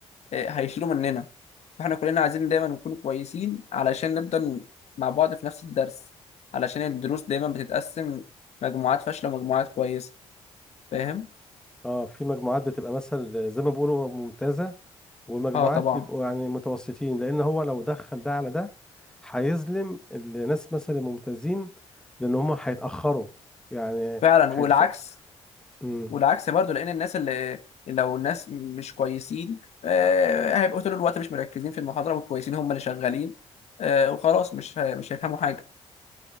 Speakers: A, on the left; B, in the centre.
A: آه، هيشيله مننا فاحنا كلنا عايزين دايما نكون كويسين علشان نفضل مع بعض في نفس الدرس علشان الدروس دايما بتتقسم مجموعات فاشلة ومجموعات كويسة فاهم؟
B: اه في مجموعات بتبقى مثلا زي ما بيقولوا ممتازة ومجموعات
A: اه طبعا
B: بيبقوا يعني متوسطين لأن هو لو دخل ده على ده هيظلم الناس مثلا الممتازين لأن هم هيتأخروا يعني
A: فعلا والعكس
B: هيتف... مم.
A: والعكس برضو لان الناس اللي لو الناس مش كويسين آه، هيبقوا طول الوقت مش مركزين في المحاضره والكويسين هم اللي شغالين آه، وخلاص مش هي- مش هيفهموا حاجه